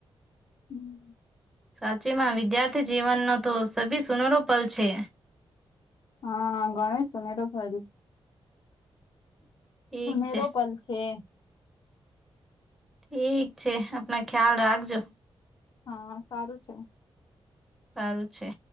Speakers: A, on the left (about 50°); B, in the centre.
A: હમ્મ.
B: સાચીમાં, વિદ્યાર્થી જીવનનો તો સભી સુનહરો પલ છે.
A: હા ઘણે સુનહેરો પદ
B: ઠીક
A: સુનહેરો
B: છે
A: પલ છે.
B: ઠીક છે. આપના ખ્યાલ રાખજો.
A: હા, સારું છે.
B: સારું છે.